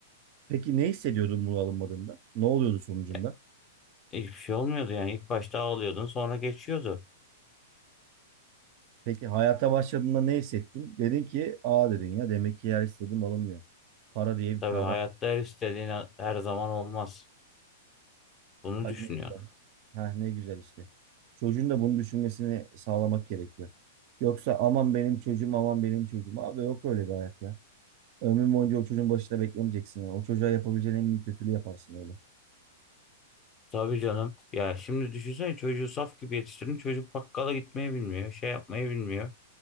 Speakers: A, on the right; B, on the left.
A: Peki ne hissediyordun bunu alınmadığında? Ne oluyordu sonucunda?
B: Ya, Hiçbir şey olmuyordu yani. İlk başta ağlıyordun sonra geçiyordu.
A: Peki hayata başladığında ne hissettin? Dedin ki aa dedin ya demek ki yer istediğim alınmıyor. Para diye bir
B: Tabii
A: kavram.
B: hayatta
A: var.
B: her istediğin her zaman olmaz. Bunu
A: Bak
B: düşünüyorum.
A: ne güzel. Ha ne güzel işte. Çocuğun da bunu düşünmesini sağlamak gerekiyor. Yoksa aman benim çocuğum aman benim çocuğum. Abi yok öyle bir hayat ya. Ömrün boyunca o çocuğun başına beklemeyeceksin yani. O çocuğa yapabileceğin en büyük kötülüğü yaparsın öyle.
B: Tabii canım. Ya şimdi düşünsene çocuğu saf gibi yetiştirdin. Çocuk bakkala gitmeyi bilmiyor. Şey yapmayı bilmiyor.